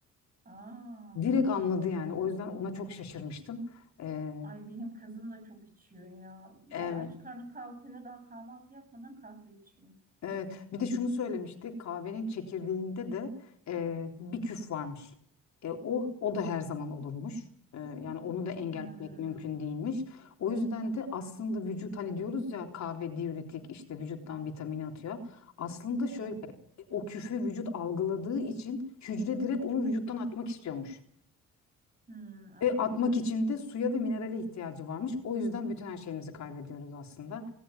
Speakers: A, on the right; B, on the left.
A: Aa,
B: Direkt anladı yani. O yüzden ona çok şaşırmıştım. E,
A: ay benim kızım da çok içiyor ya. Ya
B: evet,
A: aç karnı kalkıyor daha kahvaltı yapmadan kahve içiyor.
B: evet. Bir de şunu söylemişti. Kahvenin çekirdeğinde de e, bir küf varmış. E, o o da her zaman olurmuş. E, yani onu da engellemek
A: Hmm,
B: mümkün değilmiş. O yüzden de aslında vücut hani diyoruz ya kahve diüretik işte vücuttan vitamini atıyor. Aslında
A: evet.
B: şöyle o küfe vücut algıladığı için hücre direkt onu vücuttan atmak istiyormuş.
A: Hmm, anladım.
B: Ve atmak için de suya ve minerale ihtiyacı varmış. O yüzden bütün her şeyimizi kaybediyoruz aslında.